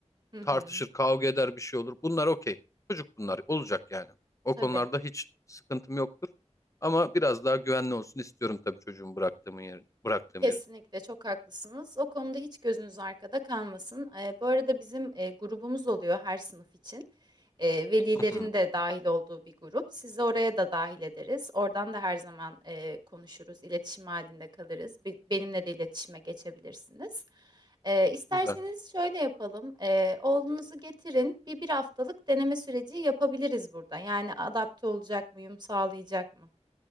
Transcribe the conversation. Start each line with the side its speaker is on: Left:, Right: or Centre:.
Right: Hı hı.
Left: Tartışır, kavga eder bir şey olur. Bunlar okey. Çocuk bunlar. Olacak yani. O
Right: Tabii.
Left: konularda hiç sıkıntım yoktur. Ama biraz daha güvenli olsun istiyorum tabii çocuğumu bıraktığım yerin. Bıraktığım
Right: Kesinlikle
Left: yerin.
Right: çok haklısınız. O konuda hiç gözünüz arkada kalmasın. Eee, bu arada bizim eee, grubumuz oluyor her sınıf için. Eee, velilerin
Left: Hı hı.
Right: de dahil olduğu bir grup. Sizi oraya da dahil ederiz. Oradan da her zaman eee, konuşuruz, iletişim halinde kalırız. Be- benimle de iletişime geçebilirsiniz. Eee isterseniz
Left: Güzel.
Right: şöyle yapalım. Eee, oğlunuzu getirin. Bir bir haftalık deneme süreci yapabiliriz burada. Yani adapte olacak mı, uyum sağlayacak mı?